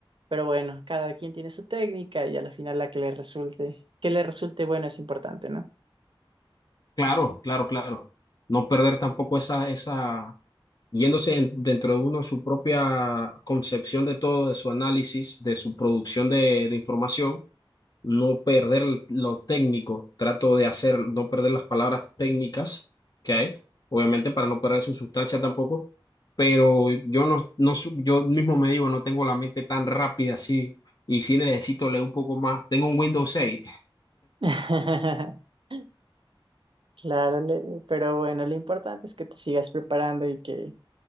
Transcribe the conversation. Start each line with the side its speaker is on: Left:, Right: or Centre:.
Right: Pero bueno, cada quien tiene su técnica y a la final la que le resulte, que le resulte bueno es importante, ¿no?
Left: Claro, claro, claro. No perder tampoco esa, esa, yéndose en- dentro de uno su propia concepción de todo, de su análisis, de su producción de de información no perder lo técnico, trato de hacer, no perder las palabras técnicas que hay, obviamente para no perder su sustancia tampoco, pero yo no, no, su- yo mismo me digo, no tengo la mente tan rápida así, y sí necesito leer un poco más. Tengo un Windows seis
Right: <laughs> Claro, le- pero bueno, lo importante es que te sigas preparando y que